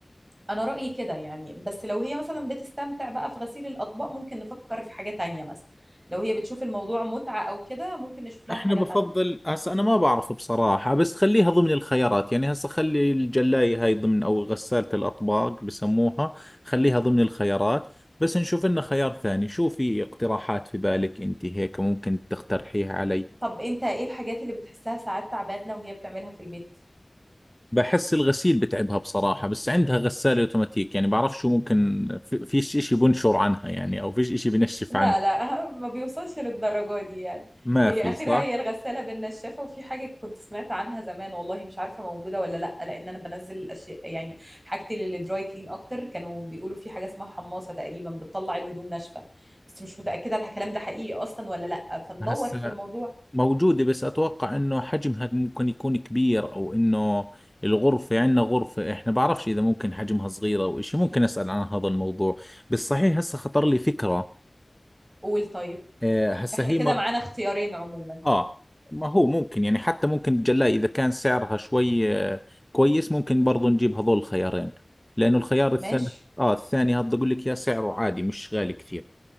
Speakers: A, on the right; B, in the centre.
A: انا رأيي كده يعني بس لو هي مثلا بتستمتع بقى في غسيل الاطباق ممكن نفكر في حاجة تانية مثلا لو هي بتشوف الموضوع متعة او كده ممكن نشوف لها
B: احنا
A: حاجة
B: بفضل
A: تانية
B: هسه انا ما بعرف بصراحة بس خليها ضمن الخيارات يعني هسه خلي الجلاية هاي ضمن او غسالة الاطباق بسموها خليها ضمن الخيارات بس نشوف لنا خيار ثاني شو في اقتراحات في بالك انت هيك ممكن تقترحيها علي
A: طب انت ايه الحاجات اللي بتحسها ساعات تعبانة وهي بتعملها في البيت
B: بحس الغسيل بتعبها بصراحة بس عندها غسالة اوتوماتيك يعني بعرف شو ممكن في- فيش اشي بنشر عنها يعني او فيش اشي بنشف
A: لا
B: عنها
A: لا ما بيوصلش للدرجة دي يعني
B: ما
A: هي
B: في
A: آخرها
B: صح
A: هي الغسالة بالنشافة وفي حاجة كنت سمعت عنها زمان والله مش عارفة موجودة ولا لأ لأن أنا بنزل الأشياء يعني حاجتي للدراي كلين أكتر كانوا بيقولوا في حاجة اسمها حماصة تقريبا بتطلع الهدوم ناشفة بس مش متأكدة الكلام ده حقيقي أصلا ولا لأ فندور
B: هسه
A: في الموضوع
B: موجودة بس أتوقع إنه حجمها ممكن يكون كبير أو إنه الغرفة عندنا غرفة إحنا بعرفش إذا ممكن حجمها صغيرة أو إشي ممكن أسأل عن هذا الموضوع بس صحيح هسه خطر لي فكرة
A: قول طيب
B: آه، هسه
A: إحنا
B: هي
A: كده
B: مر
A: معانا اختيارين عموما
B: آه ما هو ممكن يعني حتى ممكن الجلاية إذا كان سعرها شوي آه، كويس ممكن برضو نجيب هذول الخيارين لأنه الخيار الثالث
A: ماشي
B: آه الثاني هذا أقول لك يا سعره عادي مش غالي كثير